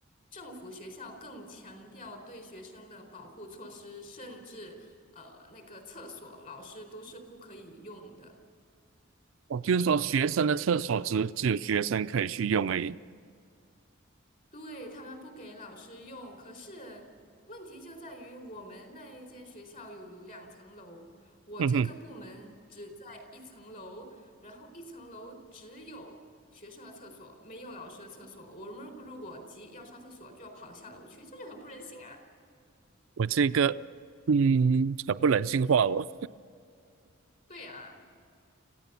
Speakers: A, on the left; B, on the right.
A: 政府学校更强调对学生的保护措施，甚至呃，那个厕所老师都是不可以用的。
B: 我就是说学生的厕所只只有学生可以去用而已。
A: 对，他们不给老师用，可是问题就在于我们那一间学校有两层楼，我这个部门只在一层楼，
B: 嗯哼，
A: 然后一层楼只有学生的厕所，没有老师的厕所。我们如果急要上厕所，就要跑下楼去，这就很不人性啊！
B: 我这个，嗯，很不人性化哦，
A: 对呀，